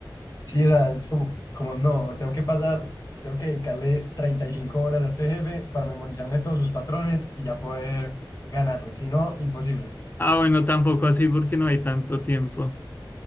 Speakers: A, on the left (about 45°); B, on the left (about 25°).
A: Sí, o sea, es como, como no, tengo que pasar, tengo que dedicarle 35 horas a ese jefe para memorizarme todos sus patrones y ya poder ganarle. Si no, imposible.
B: Ah, bueno, tampoco así porque no hay tanto tiempo.